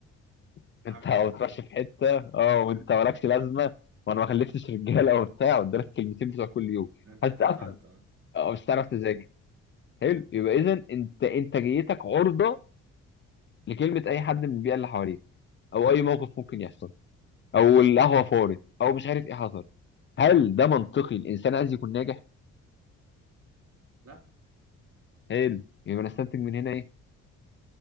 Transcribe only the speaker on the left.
<laughs> انت
ما
بتروحش في حته اه وانت مالكش لازمه وانا ما خلفتش رجاله وبتاع قدامك كلمتين بتوع كل يوم
هتتقفل
او مش
هتعرف تذاكر حلو يبقى اذا انت انتاجيتك عرضه لكلمه اي حد من البيئه اللي حواليك او اي موقف ممكن يحصل او القهوه فارت او مش عارف ايه حصل هل ده منطقي الانسان عايز يكون ناجح
حلو يبقى انا استنتج من هنا ايه